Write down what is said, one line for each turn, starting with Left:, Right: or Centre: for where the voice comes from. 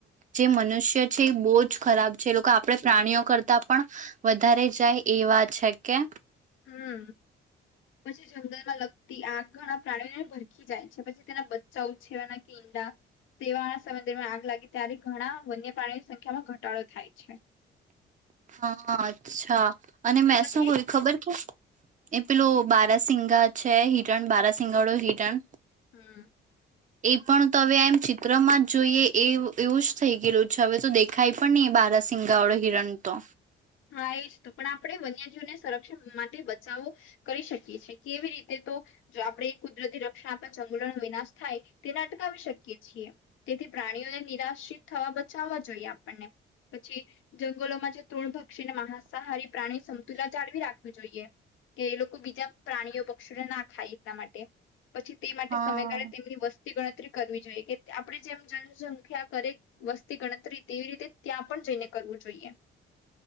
Right: જે મનુષ્ય છે એ બોજ ખરાબ છે, એ લોકો આપણે પ્રાણીઓ કરતા પણ વધારે જાય એવા છે કે
Left: હમ્મ, પછી જંગલ માં લગતી આગ ઘણા પ્રાણીઓને ભર ખી જાય છે. પછી તેના બચ્ચા છેવાના <unintelligible> સેવાના સમય દરમિયાન આગ લાગે ત્યારે ઘણા વન્ય પ્રાણીઓની સંખ્યામાં ઘટાડો થાય છે.
Right: હા અચ્છા. અને મે
Left: પછી
Right: શું કોય ખબર કે? એ પેલું બારાસિંગા છે હિરણ બારાાસિંગા વાળું હિરણ.
Left: હમ.
Right: એ પણ તવે એમ ચિત્રમાં જ જોઈએ એ એવું જ થઈ ગયેલું છે હવે તો દેખાય પણ નહી એ બારા સિંગાવળો હિરણ તો.
Left: હા એ પણ આપણે વન્યજીવને સંરક્ષણ માટે બચાવો કરી શકીએ છીએ કેવી રીતે તો જો આપણે કુદરતી રક્ષણ આપવા જંગલોનો વિનાશ થાય તેને અટકાવી શકીએ છીએ તેથી પ્રાણીઓને નિરાશિત થવા બચાવવા જોઈએ આપણને. પછી જંગલોમાં જે ત્રણ ભ દક્ષિણ મહાસાહારી પ્રાણી. તુલા જાળવી રાખવી જોઈએ. કે એ લોકો બીજા પ્રાણીઓ પક્ષીને ના ખાય એટલા માટે. પછી તે
Right: હા
Left: માટે સમયગાળે તેમની વસ્તુ. વસ્તી ગણતરી કરવી જોઈએ. કે આપણે જેમ જનસંખ્યા કરે વસ્તી ગણતરી તેવી રીતે ત્યાં પણ જઈને કરવું જોઈએ.